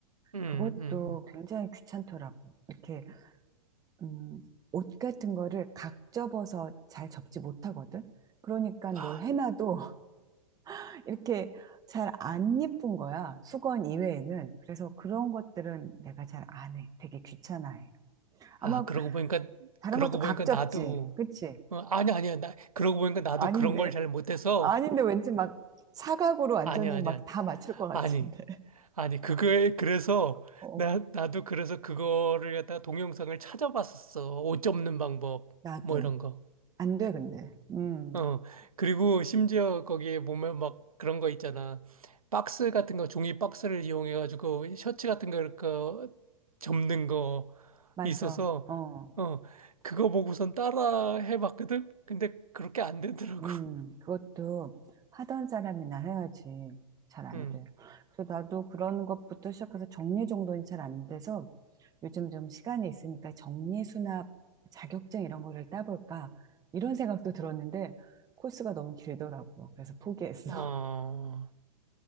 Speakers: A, on the right; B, on the right.
A: 음,
B: 그것도
A: 음, 음.
B: 굉장히 귀찮더라고. 이렇게, 음, 옷 같은 거를 각 접어서 잘 접지 못하거든? 그러니까 뭘
A: 아,
B: 해놔도 <laughs> 이렇게 잘 안 예쁜 거야. 수건 이외에는. 그래서 그런 것들은 내가 잘 안 해. 되게 귀찮아해.
A: 아,
B: 아마
A: 그러고 보니까,
B: 다른
A: 그러고
B: 것도 각
A: 보니까
B: 접지.
A: 나도,
B: 그치?
A: 어, 아니, 아니야. 나, 그러고 보니까 나도
B: 아닌데.
A: 그런 걸 잘 못해서,
B: 아닌데 왠지 막 사각으로 완전히
A: 아니야, 아니야.
B: 막 다 맞출 것 같은데.
A: 아니. 아니, 그거에, <laughs> 그래서,
B: <laughs> 어.
A: 나, 나도 그래서 그거를 갖다가 동영상을 찾아봤었어. 옷 접는 방법,
B: 나도.
A: 뭐 이런 거.
B: 안 돼, 근데. 음,
A: 어. 그리고 심지어 거기에 보면 막 그런 거 있잖아. 박스 같은 거, 종이 박스를 이용해가지고 셔츠 같은 거, 이렇게 접는 거
B: 맞아.
A: 있어서,
B: 어.
A: 어, 그거 보고선 따라 해봤거든? 근데 그렇게 안 되더라고.
B: 음,
A: <laughs>
B: 그것도 하던 사람이나 해야지. 잘 안
A: 응.
B: 돼. 그래서 나도 그런 것부터 시작해서 정리정돈이 잘 안 돼서 요즘 좀 시간이 있으니까 정리수납 자격증 이런 거를 따볼까? 이런 생각도 들었는데 코스가 너무 길더라고. 그래서 포기했어.
A: 어.